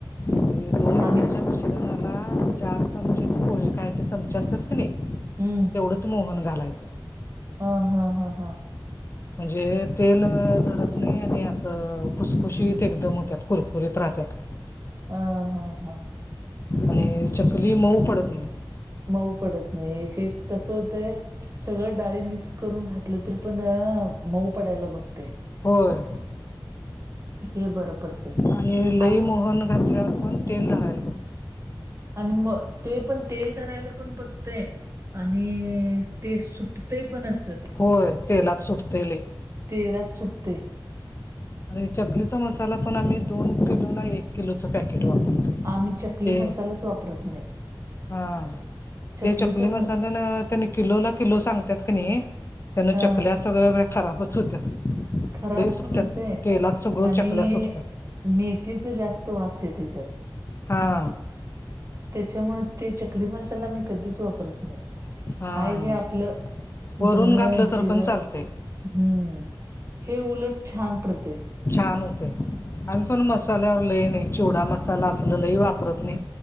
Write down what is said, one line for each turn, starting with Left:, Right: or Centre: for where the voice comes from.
Left: दोन
Right: आम्ही
Left: किलोच्या मिश्रणाला चार चमचेचे पोहे खायचे चमचे असतात का नाही!
Right: हम्म!
Left: तेवढंच मोहन घालायचं.
Right: हा हा हा हां!
Left: म्हणजे तेल धरत नाही आणि असं फुसखुशीत एकदम होतात कुरकुरीत राहतात.
Right: ह हा हा!
Left: आणि चकली मऊ पडत नाही.
Right: मऊ पडत नाही एक एक कसं होतंय सगळं डाळी मिक्स करून घातलं तरी पण मऊ पडायला बघतय.
Left: होय
Right: हे बरं पडतय
Left: आणि लई
Right: आम्ही
Left: मोहन घातल्यावर पण तेल धराय
Right: आणि मग ते पण तेल धरायला पण बघतय. आणि ते सुटतंय पण अस.
Left: होय तेलात सुटतंय लय.
Right: तेलात सुटतंय.
Left: आणि चकलीचा मसाला पण आम्ही दोन किलोला एक किलोचं पॅकेट वापरतोय.
Right: आम्ही चकली
Left: ते
Right: मसालाच वापरत नाही.
Left: हा ना
Right: चकलीच
Left: ते चकली
Right: म
Left: मसाला त्यांनी किलो ला किलो सांगतात का नाही त्यांन
Right: अ
Left: चकल्या सगळ्या बाई खराबच होतात.
Right: खराब
Left: लय सुटतात
Right: पण होतय
Left: तेलात सगळं
Right: आणि
Left: चकल्या सुटतात.
Right: मेथीच जास्त वास येते त्यात.
Left: हा!
Right: त्याच्यामुळे ते चकली मसाला मी कधीच वापरत नाही.
Left: हा
Right: हाय हे आपलं
Left: वरून
Right: धन
Left: घातलं तर
Right: जिरं
Left: पण चालतंय
Right: हम्म हे उलट छान पडतंय.
Left: छान होतंय आम्ही पण मसाल्यावर लय नाही चिवडा मसाला असल लय वापरत नाही.